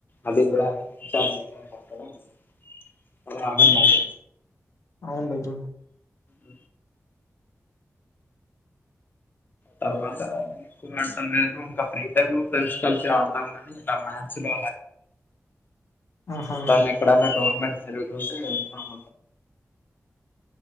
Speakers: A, on the left; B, on the left.
A: అది కూడా విన్నింగ్ షాట్ నేనే కొట్టడం అలా ఆడను వాళ్ళు
B: అవున్లె బ్రో
A: అ తర్వాత ఎక్కువ ఆడతాం నను ఇంకా ఫ్రీ టైమ్ లో ఫ్రెండ్స్ కలిసి ఆడతాం ని ఇలా మ్యాచ్స్ లో
B: ఆహా
A: ఎప్పుడన్న ఎక్కడ అడినవ్ <unintelligible> జరుగుతుంటే <unintelligible>